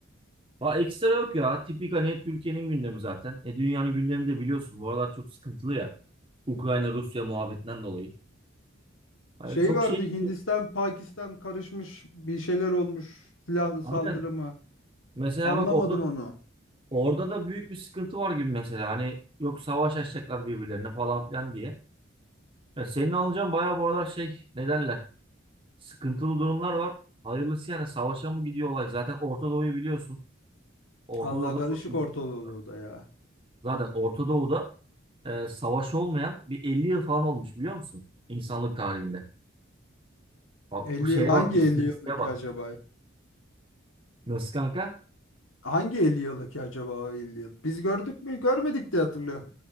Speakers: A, on the right (about 25°); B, on the left (about 85°).
A: Va ekstra yok ya. Tipik hani Türkiye'nin gündemi zaten. E dünyanın gündemi de biliyorsun. Bu aralar çok sıkıntılı ya. Ukrayna Rusya muhabbetinden dolayı. Yani
B: Şey
A: çok
B: vardı
A: şey gidiyor.
B: Hindistan, Pakistan karışmış bir şeyler olmuş. Silahlı
A: Aynen.
B: saldırı mı?
A: Mesela
B: Anlamadım
A: bak orada,
B: onu.
A: orada da büyük bir sıkıntı var gibi mesela. Hani yok savaş açacaklar birbirlerine falan filan diye. Ya senin alacağın bayağı bu aralar şey ne derler? Sıkıntılı durumlar var. Hayırlısı yani savaşa mı gidiyor olay? Zaten Orta Doğu'yu biliyorsun. Orta
B: Allah
A: Doğu'da
B: karışık
A: çok büyük
B: ortalığı
A: sıkıntı var.
B: da ya.
A: Zaten Orta Doğu'da e, savaş olmayan bir 50 yıl falan olmuş biliyor musun? İnsanlık tarihinde. Bak,
B: Elli
A: şeye
B: yıl hangi
A: bak, istatistiğe
B: 50 yıldaki
A: bak.
B: acaba
A: Nasıl kanka?
B: Hangi 50 yılı ki acaba o 50 yıl? Biz gördük mü? Görmedik diye hatırlıyorum.